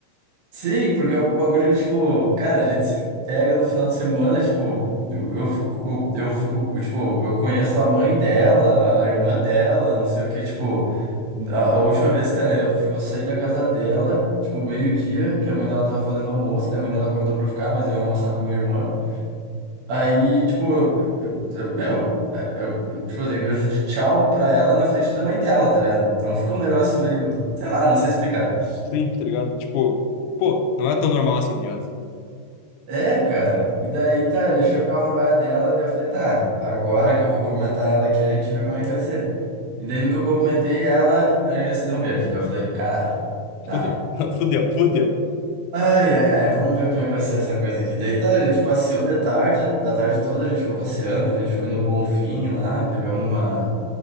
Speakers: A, on the right; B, on the left.
A: Sim, porque é um bagulho, tipo, cara, a gente se pega no final de semana, tipo, eu, eu fico, eu fico, eu, tipo, eu conheço a mãe dela, a irmã dela, não sei o que, tipo, a, a última vez, cara, eu, eu saí da casa dela, tipo, meio-dia, que a mãe dela tava fazendo almoço, daí a mãe dela convidou pra eu ficar, mas eu ia almoçar com a minha irmã. Aí, tipo, eu- eu- meu, é, eu, eu, tipo, eu dei beijo de tchau pra ela na frente da mãe dela, tá ligado? Então ficou um negócio meio, sei lá, não sei explicar.
B: Sim, tá ligado? Tipo, Pô, não é tão normal assim, tá ligado?
A: É, cara. E daí, tá, eu deixei o carro na baia dela, daí eu falei, tá, agora que eu vou cumprimentar ela aqui, a gente vê como é que vai ser. E daí, no que eu cumprimentei ela, a gente já se deu um beijo. Daí eu falei, caralho, tá.
B: Fudeu, <laughs> fudeu, fudeu.
A: Ai, ai, ai, vamos ver como é que vai ser essa coisa aqui. Daí tá, a gente passeou de tarde, a tarde toda a gente ficou passeando, a gente foi no Bonfim lá, pegamos uma,